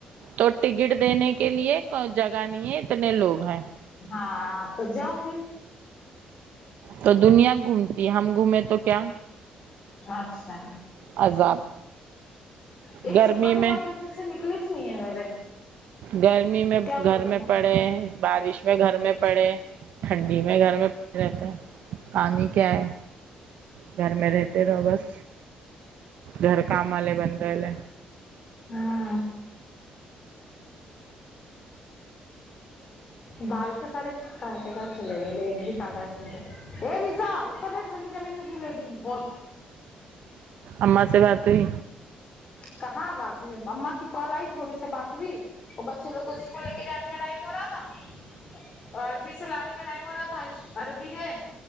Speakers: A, on the right (about 65°); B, on the left (about 35°).
A: تو ٹکٹ دینے کے لیے کوئی جگہ نہیں ہے اتنے لوگ ہیں
B: ہاں تو جاؤ پھر
A: تو دنیا گھومتی ہے ہم گھومیں تو کیا
B: اچھا
A: عذاب
B: ایک
A: گرمی
B: چھپکلی
A: میں
B: واش بیسن سے نکلیچ نہیں ہے میرے
A: گرمی میں
B: کیا کروں
A: گھر میں پڑے بارش میں گھر میں پڑے ٹھنڈی میں گھر میں پڑے رہتا ہے کام ہی کیا ہے گھر میں رہتے رہو بس گھر کام والے بن گئے لے
B: ہاں بال کے سارے کانٹے چلے گئے لے ایک بھی کاٹا نہیں ملرا اے ریزا اوپر دیکھ ٹھنڈی زمین میں کیو لیٹی ہے بہت
A: اماں سے بات ہوئی
B: کہاں بات ہوئی اماں کی کال آئی تھوڑی سی بات ہویی اوہ بچے لوگ کو اسکول لے کے جانے کا ٹائم ہو رہا نہ عربی سے لانے کا ٹائم ہو رہا تھا اج عربی گئے